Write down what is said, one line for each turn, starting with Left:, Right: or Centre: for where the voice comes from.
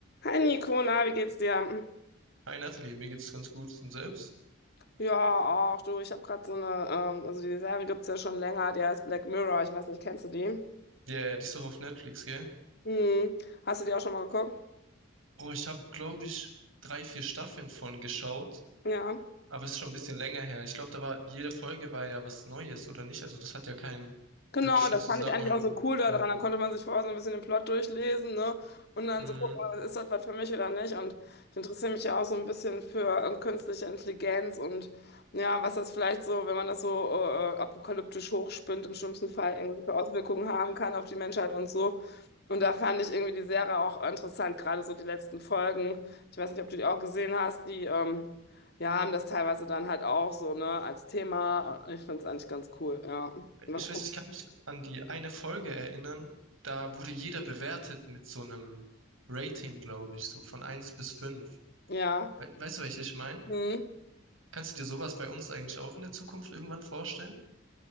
Left: Hi Nico, na, wie geht's dir?
Right: Hi Nathalie, mir geht's ganz gut und selbst.
Left: Ja, ach du, ich habe gerade so eine, ähm, also die Serie gibt's ja schon länger, die heißt Black Mirror, ich weiß nicht, kennst du die?
Right: Ja, yeah, die ist doch auf Netflix, gell?
Left: Hm. Hast du die auch schon mal geguckt?
Right: Boah, ich habe, glaube ich, drei, vier Staffeln von geschaut,
Left: Ja.
Right: aber es ist schon ein bisschen länger her. Ich glaube, da war jede Folge war ja was Neues oder nicht. Also das hat ja keinen
Left: Genau,
Right: wirklichen
Left: das
Right: Zusammenhang
Left: fand ich eigentlich auch so cool daran.
Right: gehabt.
Left: Dann konnte man sich vorher so ein bisschen den Plot durchlesen, ne? Und dann
Right: Hm.
Left: so gucken, ist das was für mich oder nicht? Und ich interessiere mich ja auch so ein bisschen für äh, künstliche Intelligenz und ja, was das vielleicht so, wenn man das so äh, äh, apokalyptisch hochspinnt, im schlimmsten Fall irgendwelche Auswirkungen haben kann auf die Menschheit und so. Und da fand ich irgendwie die Serie auch interessant, gerade so die letzten Folgen. Ich weiß nicht, ob du die auch gesehen hast, die ähm, ja, haben das teilweise dann halt auch so, ne, als Thema. Ich finde es eigentlich ganz cool, ja. Was
Right: Ich weiß,
Left: guckst
Right: ich kann mich an die eine Folge erinnern. Da wurde jeder bewertet mit so einem Rating, glaube ich, so von eins bis 5.
Left: Ja,
Right: We weißt du, welche ich meine?
Left: mhm.
Right: Kannst du dir sowas bei uns eigentlich auch in der Zukunft irgendwann vorstellen?